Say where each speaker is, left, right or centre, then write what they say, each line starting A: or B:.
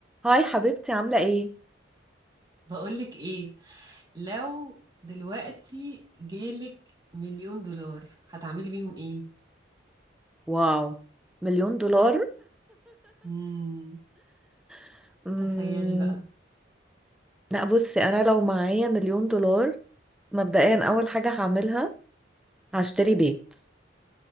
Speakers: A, in the centre; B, on the right.
A: هاي حبيبتي عاملة ايه؟
B: بقولك ايه لو دلوقتي جالك مليون دولار هتعملي بيهم ايه
A: واو مليون دولار
B: مم.
A: <laughs> مم...
B: تخيلي بقى
A: لا بصي انا لو معايا مليون دولار مبدئيا اول حاجة هعملها هشتري بيت